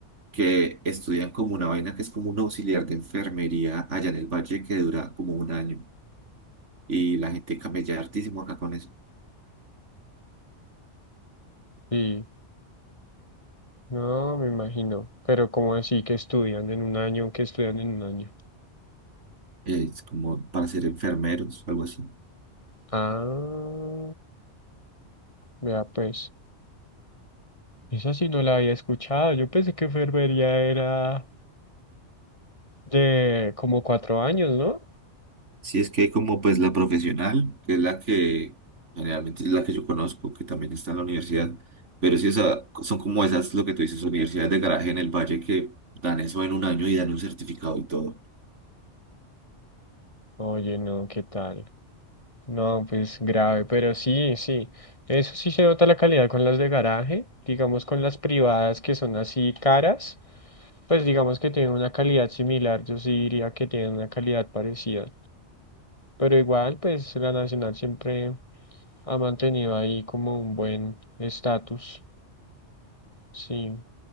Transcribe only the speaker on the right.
que estudian como una vaina que es como un auxiliar de enfermería allá en el valle que dura como un año y la gente camella hartísimo acá con eso,
es como para ser enfermeros o algo así.
Sí, es que hay como pues la profesional, que es la que generalmente es la que yo conozco, que también está en la universidad, pero sí, o sea, son como esas, lo que tú dices, universidades de garaje en el valle que dan eso en un año y dan un certificado y todo.